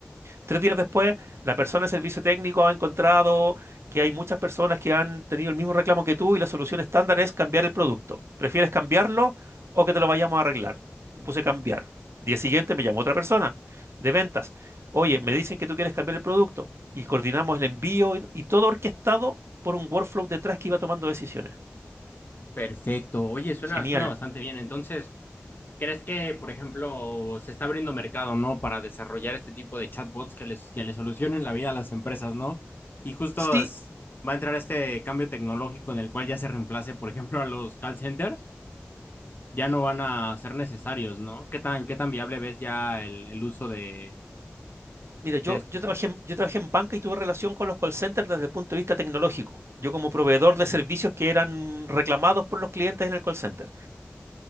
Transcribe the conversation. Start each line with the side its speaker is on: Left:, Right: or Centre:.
Right: Tres días después, la persona de servicio técnico ha encontrado que hay muchas personas que han tenido el mismo reclamo que tú y la solución estándar es cambiar el producto. ¿Prefieres cambiarlo o que te lo vayamos a arreglar? Puse cambiar. Día siguiente me llamó otra persona de ventas. Oye, me dicen que tú quieres cambiar el producto y coordinamos el envío y, y todo orquestado por un workflow detrás que iba tomando decisiones.
Left: Perfecto. Oye, suena,
Right: Genial.
Left: suena bastante bien. Entonces, ¿crees que, por ejemplo, se está abriendo mercado, ¿no? Para desarrollar este tipo de chatbots que les, que les solucionen la vida a las empresas, ¿no? Y justo
Right: Sí,
Left: es- va a entrar este cambio tecnológico en el cual ya se reemplace, por ejemplo, a los call centers. Ya no van a ser necesarios, ¿no? ¿Qué tan, qué tan viable ves ya el, el uso de,
Right: Mira, yo,
Left: de est-
Right: yo trabajé en, yo trabajé en banca y tuve relación con los call centers desde el punto de vista tecnológico. Yo como proveedor de servicios que eran reclamados por los clientes en el call center.